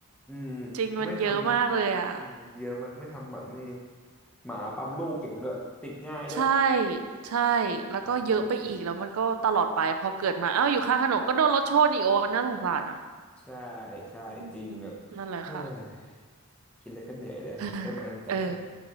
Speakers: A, in the centre; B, on the right.
A: อืม
B: จริงมันเยอะมากเลยอ่ะ
A: ไม่ทำ อืมเยอะมากไม่ทำหมันนี่หมาปั๊มลูกเก่งด้วยติดง่ายด้วย
B: ใช่ใช่แล้วก็เยอะไปอีกแล้วมันก็ตลอดไปพอเกิดมาเอ้าอยู่ข้างถนนก็โดนรถชนอีกโอ้น่าสงสารอ่ะ
A: อืมใช่ใช่จริงแบบ
B: อืมนั่นแหละค่ะ
A: <sighs> เฮ้ยคิดแล้วก็เหนื่อยเลยเรื่องหมาจรจัดนี่
B: <laughs> เออ